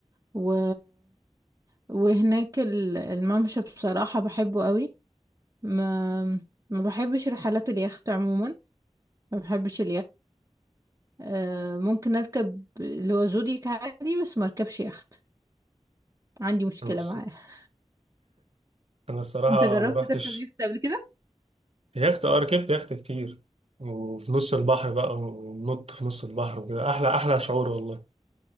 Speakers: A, on the right (about 30°); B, on the right (about 65°).
A: و... وهناك ال- الممشى بصراحه بحبه قوي ما ما بحبش رحلات اليخت عموما ما بحبش آه، ممكن اركب اللي هو زودياك عادي بس ما اركبش يخت عندي مشكلة
B: أنا الص-
A: معاه <laughs>
B: أنا الصراحة
A: انت جربت
B: ما رحتش
A: تركب يخت قبل كده
B: يخت آه، ركبت يخت كتير وفي نص البحر بقى ونط في نص البحر وكده أحلى أحلى شعور والله